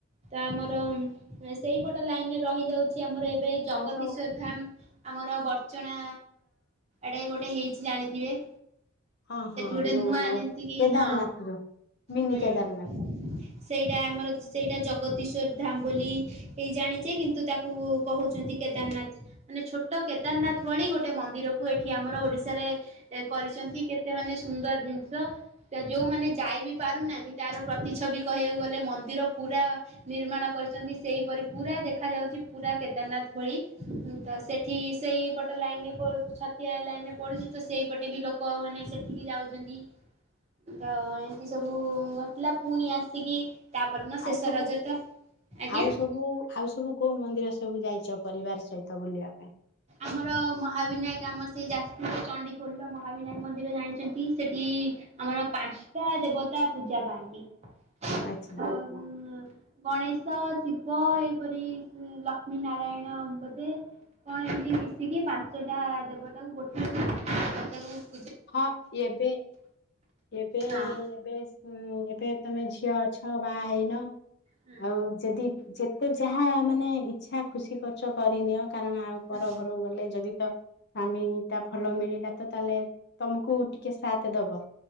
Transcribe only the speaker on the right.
ତ ଆମର ଉଁ ଏ ସେଇପଟ ଲାଇନ୍ ରେ ରହିଯାଉଛି ଆମର ଏବେ ଏଇ ଜଗତୀଶର
ଧାମ। ଆମର ବର୍ଚ୍ଚଣା ଆଡ଼େ ଗୋଟେ ହେଇଛି ଜାଣିଥିବେ?
ସେଠି ଗୋଟେ
ନୂଆ
ଯେମିତି କିି
ହଁ
ହୁଁ।
ସେଇଟା ଆମର ସେଇଟା ଜଗତୀଶ୍ୱର ଧାମ ବୋଲି ଏଇ ଜାଣିଚେ କିନ୍ତୁ ତାକୁ କହୁଛନ୍ତି କେଦାର ନାଥ। ମାନେ ଛୋଟ କେଦାର ନାଥ ଭଳି ଗୋଟେ ମନ୍ଦିରକୁ ଏଠି ଆମର ଓଡ଼ିଶାରେ। ଏ କରିଛନ୍ତି କେତେ ମାନେ ସୁନ୍ଦର ଜିନିଷ। ତ ଯୋଉମାନେ ଯାଇ ବି ପାରୁନାହାନ୍ତି ତାର ପ୍ରତି ଛବି କହିବାକୁ ଗଲେ ମନ୍ଦିର ପୁରା। ନିର୍ମାଣ କରିଛନ୍ତି ସେଇପରି ପୁରା ଦେଖାଯାଉଛି ପୁରା କେଦାର ନାଥ ଭଳି ତ୍ ସ ସେଠି ସେଇପଟ ଲାଇନ୍ ପ ଛତିଆ ଲାଇନ୍ ରେ ପଡ଼ୁଛି ତ ସେଇପଟେ ବି ଲୋକମାନେ ସେଠି କି ଯାଉ ଛନ୍ତି ତ ଏମିତି ସବୁ ଘଟିଲା ପୁଣି ଆସିକି ତାପର ଦିନ
ଶେଷ
ରଜ ତ ଆଜ୍ଞା?
ଆମର ମହାବିନାୟକ ଆମର ସେ ଯାଜପୁର ଚଣ୍ଡିଖୋଲର ମହାବିନାୟକ ମନ୍ଦିର ଜାଣିଛନ୍ତି ସେଠି ଆମର ପାଞ୍ଚଟା ଦେବତା ପୂଜା ପାଆନ୍ତି <unintelligible>
ଗଣେଶ ଶିବ ଏହିପରି ଲକ୍ଷ୍ମୀ ନାରାୟଣ ବୋଧେ କଣ ଏମିତି ମିଶିକି ପାଞ୍ଚଟା ଦେବ ତାକୁ ଗୋଟେ <unintelligible> ଦେବ ତାକୁ
ହଁ।
ହୁଁ
ହୁଁ